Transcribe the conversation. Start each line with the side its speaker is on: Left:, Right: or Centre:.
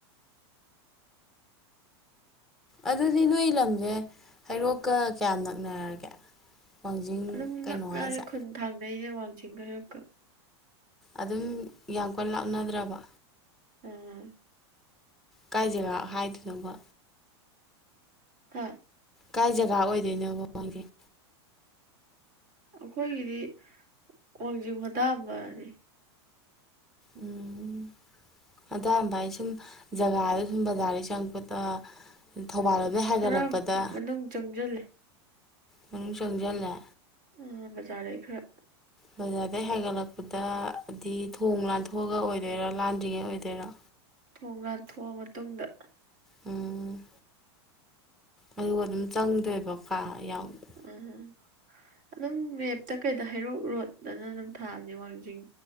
Centre: ꯑꯗꯨꯗꯤ ꯅꯣꯏ ꯂꯝꯁꯦ ꯍꯩꯔꯣꯛꯀ ꯀꯌꯥꯝ ꯅꯛꯅꯔꯒꯦ ꯋꯥꯡꯖꯤꯡ
Right: ꯑꯗꯨꯝ
Centre: ꯀꯩꯅꯣ
Right: ꯅꯛꯅꯔꯦ
Centre: ꯍꯥꯏꯁꯦ
Right: ꯈꯨꯟ ꯊꯥꯡꯅꯩꯅꯦ ꯋꯥꯡꯖꯤꯡꯒ ꯍꯩꯔꯣꯛꯀ
Centre: ꯑꯗꯨꯝ ꯌꯥꯝ ꯀꯟꯅ ꯂꯥꯞꯅꯗ꯭ꯔꯕ
Right: ꯎꯝ
Centre: ꯀꯥꯏ ꯖꯒꯥ ꯍꯥꯏꯗꯣꯏꯅꯣꯕ
Right: ꯍꯥ
Centre: ꯀꯥꯏ ꯖꯒꯥ ꯑꯣꯏꯗꯣꯏꯅꯣꯕ ꯋꯥꯡꯖꯤꯡ
Right: ꯑꯩꯈꯣꯏꯒꯤꯗꯤ ꯋꯥꯡꯖꯤꯡ ꯍꯣꯟꯗꯥꯝꯕꯅꯤ
Centre: ꯎꯝ ꯍꯣꯗꯥꯝꯕ ꯍꯥꯏꯁꯦ ꯁꯨꯝ ꯖꯒꯥꯗ ꯁꯨꯝ ꯕꯖꯥꯔꯗꯩ ꯆꯪꯉꯛꯄꯗ ꯊꯧꯕꯥꯜꯂꯣꯝꯗꯩ ꯍꯥꯏꯒꯠꯂꯛꯄꯗ
Right: ꯈꯔ ꯃꯅꯨꯡ ꯆꯪꯖꯤꯜꯂꯦ
Centre: ꯃꯅꯨꯡ ꯁꯪꯖꯜꯂꯦ
Right: ꯑ ꯕꯖꯥꯔꯗꯩ ꯈꯔ
Centre: ꯕꯖꯥꯔꯗꯩ ꯍꯥꯏꯒꯠꯂꯛꯄꯗꯗꯤ ꯊꯣꯡ ꯂꯥꯟꯊꯣꯛꯑꯒ ꯑꯣꯏꯗꯣꯏꯔꯥ ꯂꯥꯟꯗ꯭ꯔꯤꯉꯩ ꯑꯣꯏꯗꯣꯏꯔꯥ
Right: ꯊꯣꯡ ꯂꯥꯟꯊꯣꯛꯑ ꯃꯇꯨꯡꯗ
Centre: ꯎꯝ ꯑꯗꯨꯒ ꯑꯗꯨꯝ ꯆꯪꯗꯣꯏꯕ <unintelligible>
Right: ꯑꯝ ꯑꯗꯨꯝ ꯃꯦꯞꯇ ꯀꯩꯗ ꯍꯩꯔꯣꯛ ꯔꯣꯗꯅ ꯑꯗꯨꯝ ꯊꯥꯕꯅꯤ ꯋꯥꯡꯖꯤꯡ